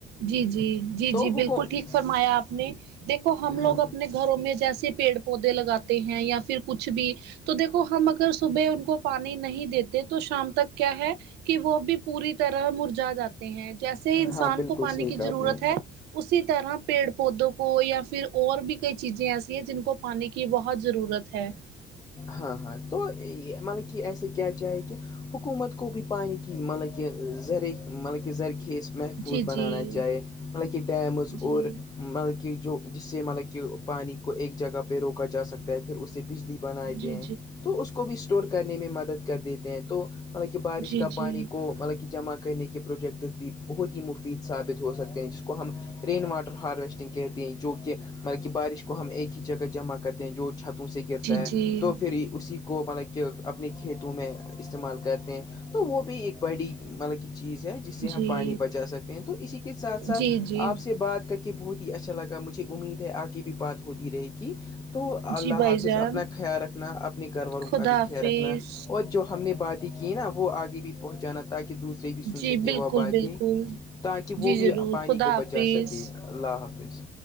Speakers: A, on the right; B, on the left.
A: جی جی جی
B: تو
A: جی بالکل
B: حکم
A: ٹھیک فرمایا آپ نے دیکھو ہم لوگ
B: ہاں
A: اپنے گھروں میں جیسے پیڑ پودے لگاتے ہیں یا پھر کچھ بھی تو دیکو ہم ا صبح ان کو پانی نہیں دیتے تو شام تک کیا ہے کہ وہ بھی پوری طرح مرجا جاتے ہیں جیسے انسان
B: ہاں بالکل
A: کو پانی
B: صحیح
A: کی
B: کہا
A: ضرورت
B: آپ نے
A: ہے اسی طرح پیڑ پودوں کو یا پھر اور بھی کئی چیزیں ایسی ہیں جن کو پانی کی بہت ضرورت ہے
B: ہاں ہاں تو مطلب کہ ایسے کیا کیاے کہ حکومت کو بھی پانی کہ مطلب کہ زذرخ مطلب زذرخیز محفوظ
A: جی
B: بنانا
A: جی
B: چاہیے مطلب کہہ ڈیمز
A: جی
B: اورور مطلب کہ جو جس سے مطلب کہ پانی کو ایک جگہ پہ روکا جا سکتا ہے پھر اس سے بجلی بن
A: جی
B: دیتے ہیں تو اس کو بھی اسٹور کرنے میں مدد کر دیتے ہیں تو مب کیا بارش
A: جی
B: کا
A: جی جی
B: پانی کو مطلب کہ جمع کرنے کی پروجیکٹس بھی بہت ہی مفید ثابت ہو سکتے ہیں جس کو ہم رین واٹر ہارویسٹنگ کہتے ہیں جو کہ مطلب کہ بارش کو ہم ایک ہی جگہ جمع کرتے ہیں جو چھتوں سے گرتے
A: جی جی
B: پری اسی کو مطلب کہ اپنے کھیتوں میں استعمال کرتے ہیں تو وہ بھی ایک بڑی مطلب کہ چیز ہے ج سے
A: جی
B: ہم پانی بچا سکتے ہیں تو اسی کے ساتھ ساتھ
A: جی جی
B: آپ سے بات کر کے بہت ہی اچھا لگا مجھے امید ہے آگے بھی بات ہوتی رہے گی تو اللہ
A: جی بھائی
B: حافظ اپنا
A: جان
B: خیال رکھنا اپنے گھر والوں
A: خدا
B: کا بھی
A: حافظ
B: خیال رکھنا اور جو ہم نے باتیں کی نا وہ آگے بھی پہنچانا تاکہ دوسرے سے بھی سن
A: جی
B: سکے
A: بالکل
B: وہ باتیں
A: بالکل
B: تاکہ
A: جی
B: وہ بھی
A: ضرور
B: پانی
A: خدا
B: کو
A: حافظ
B: بچا سکے اللہ حافظ